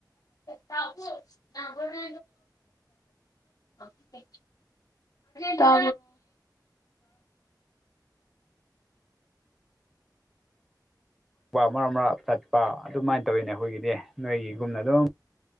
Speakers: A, on the left; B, in the centre.
A: ꯇꯁꯨ ꯌꯥꯕꯅ <unintelligible> ꯇ
B: ꯃꯔꯛ ꯃꯔꯛ ꯆꯠꯄ ꯑꯗꯨꯃꯥꯏꯅ ꯇꯧꯋꯤꯅꯦ ꯑꯩꯈꯣꯏꯒꯤꯗꯤ ꯅꯣꯏꯒꯤꯒꯨꯝꯅ ꯑꯗꯨꯝ